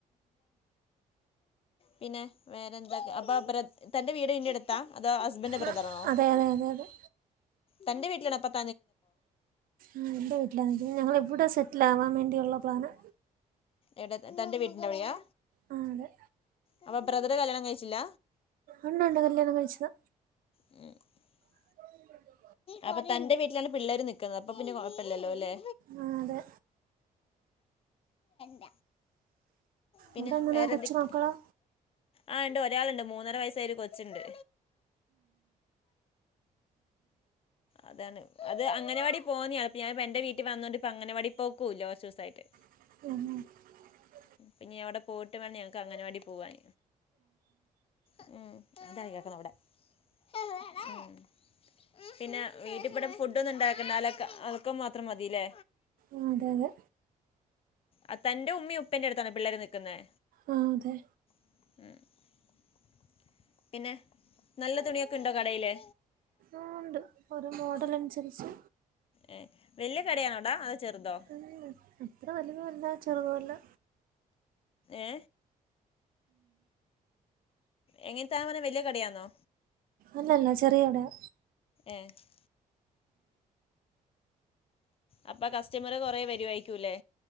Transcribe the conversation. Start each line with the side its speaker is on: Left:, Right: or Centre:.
Left: പിന്നെ വേറെന്ത അപ്പൊ ബ്രദ് തന്റെ വീട് ഇന്റെടുത്താ അതോ ഹസ്ബൻന്റെ ബ്രദറാണോ
Right: ആ, അതെ അതെ അതെ അതെ
Left: തന്റെ വീട്ടിലുള്ള അപ്പം
Right: ആ എന്റെ വീട്ടിലാ ഞങ്ങളിവിട സെറ്റിലാവാൻ വേണ്ടിയുള്ള പ്ലാനാ
Left: ഏടെ തന്റെ വീട്ടിന്റെവിടെയാ
Right: ആ അതെ
Left: അപ്പൊ ബ്രദറ് കല്യാണം കഴിച്ചില്ല
Right: ഉണ്ട്ണ്ട് കല്യാണം കഴിച്ചതാ
Left: <unintelligible>
Right: <unintelligible>
Left: അപ്പൊ തന്റെ വീട്ടിലാണ് പിള്ളേര് നിക്കുന്നത് അപ്പൊ പിന്നെ കൊഴപ്പില്ലല്ലോ അല്ലെ
Right: ആ അതെ
Left: <unintelligible> പിന്നെ
Right: ഇവിടെ എങ്ങനെ
Left: വേറെ
Right: കൊച്ചു
Left: എന്തക്കെ
Right: മക്കളോ
Left: ആ ഇണ്ട് ഒരാളുണ്ട്. മൂന്നര വയസ്സായ ഒരു കൊച്ചുണ്ട്. അതാണ് അത് അങ്ങനവാടി പോകുന്നേയാ ഇപ് യാ ഞാൻ എന്റെ വീട്ടിൽ വന്നോണ്ട് ഇപ്പഅങ്ങനവാടി പോക്കൂല്ല കുറച്ചൂസായിട്ട്.
Right: <unintelligible>
Left: പിന്നെ അവിടെ പോയിട്ട് വേണം ഞങ്ങൾക്ക് അങ്ങനവാടി പോവാൻ. <unintelligible> പിന്നെ വീട്ടിപ്പടം ഫുഡൊന്നും ഉണ്ടാക്കണ്ടല്ലേ. അലക്ക് അലക്കം മാത്രം മതില്ലേ.
Right: ആ അതെ അതെ
Left: ആ തന്റെ ഉമ്മേം ഉപ്പേന്റെ അടുത്താണ പിള്ളേർ നൽക്കുന്നേ?
Right: ആ അതെ
Left: <unintelligible> പിന്നെ നല്ല തുണിയൊക്കെ ഉണ്ടോ കടയില്?
Right: ആ ഉണ്ട്. ഓരോ മോഡൽ അനുസരിച്ച്
Left: ഏ വല്യ കടയാണോടാ അതോ ചെറുതോ?
Right: ഉം, അത്ര വലുതുമല്ല ചെറുതുമല്ല
Left: ഏ എങ്ങനെത്ത പറയനേ വല്യ കടയാന്നോ?
Right: അല്ലല്ല ചെറിയ കടയാ.
Left: ഏ <unintelligible> അപ്പൊ കസ്റ്റമറ് കൊറേ വരുവായിരിക്കൂല്ലേ?